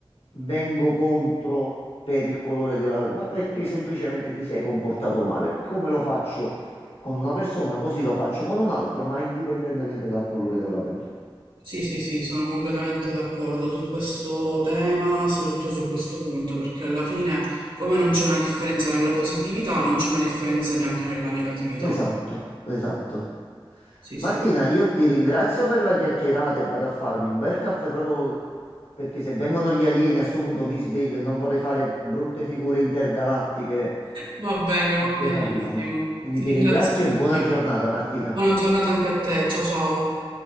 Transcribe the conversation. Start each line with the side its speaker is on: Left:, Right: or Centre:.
Left: vengo contro per il colore della pelle, ma perché semplicemente ti sei comportato male. Come lo faccio con una persona, così lo faccio con un altro, ma indipendentemente dal colore della pelle.
Right: Sì, sì, sì, sono completamente d'accordo su questo tema e soprattutto su questo punto, perché alla fine, come non c'è una differenza nella positività, non c'è una differenza neanche nella negatività.
Left: Esatto, esatto.
Right: Sì, sì,
Left: Martina,
Right: sì.
Left: io ti ringrazio per la chiacchierata e vado a farmi un bel caffè proprio perché se vengono gli alieni a sto punto mi sveglio e non vorrei fare brutte figure intergalattiche
Right: Va bene, va
Left: appena
Right: benissimo.
Left: arrivano. Quindi
Right: Ti
Left: ti
Right: ringrazio
Left: ringrazio e
Right: anch'io.
Left: buona giornata, Martina.
Right: Buona giornata anche a te. Ciao, ciao.